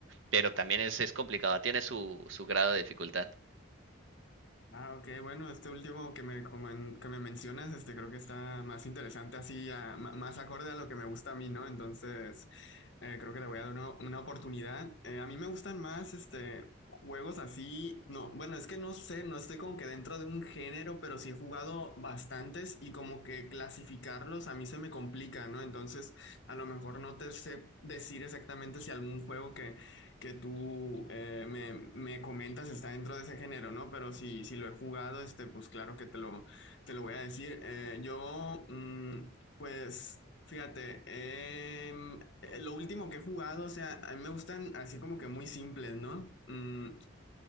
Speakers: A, on the right; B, on the left.
A: pero también es, es complicado, tiene su, su grado de dificultad.
B: Ah, ok, bueno, este último que me, comen- que me mencionas, este creo que está más interesante, así, a- ma- más acorde a lo que me gusta a mí, ¿no? Entonces, eh, creo que le voy a dar una, una oportunidad. Eh, a mí me gustan más, este, juegos así, no, bueno, es que no sé, no estoy como que dentro de un género, pero sí he jugado bastantes y como que clasificarlos a mí se me complica, ¿no? Entonces, a lo mejor no te sé decir exactamente si algún juego que que tú eh, me, me comentas está dentro de ese género, ¿no? Pero si, si lo he jugado, este, pues claro que te lo, te lo voy a decir. Eh, yo, mm, pues, fíjate, em, eh, lo último que he jugado, o sea, a mí me gustan así como que muy simples, ¿no? Mm,